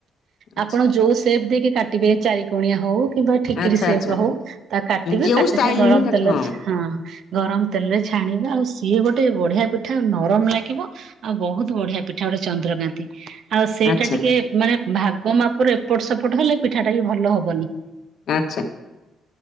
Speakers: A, on the left (about 65°); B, on the right (about 65°).
A: ଆଚ୍ଛା
B: ଆପଣ ଯୋଉ ସେପ ଦେଇକି କାଟିବେ ଚାରି କଣିଆ ହଉ। କିମ୍ବା ଠିକିରି
A: ଆଚ୍ଛା
B: ସେପ୍
A: ଆଚ୍ଛା
B: ର ହଉ ତାକୁ କାଟିବେ
A: ଯୋଉ
B: କାଟି
A: ଷ୍ଟାଇଲରେ
B: କି ସେ ଗରମ
A: କାଟିବ
B: ତେଲରେ ଛା ହଁ। ଗରମ ତେଲରେ ଛାଣିବେ ଆଉ ସିଏ ଗୋଟେ ବଢିଆ ପିଠା ଆଉ ନରମ ଲାଗିବ। ଆଉ ବହୁତ ବଢିଆ ପିଠା ଗୋଟେ ଚନ୍ଦ୍ରକାନ୍ତି। ଆଉ ସେଇଟା
A: ଆଚ୍ଛା
B: ଟିକେ ମାନେ ଭାଗ ମାପରେ ଏପଟ ସେପଟ ହେଲେ ପିଠା ଟା ବି ଭଲ ହବନି।
A: ଆଚ୍ଛା।